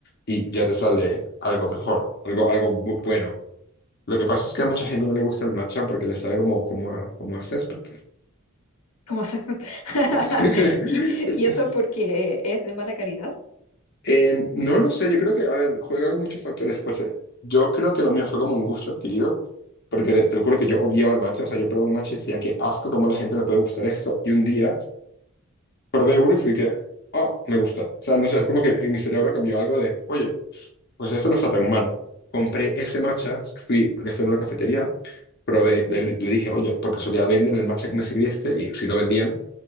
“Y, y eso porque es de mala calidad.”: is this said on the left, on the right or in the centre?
Left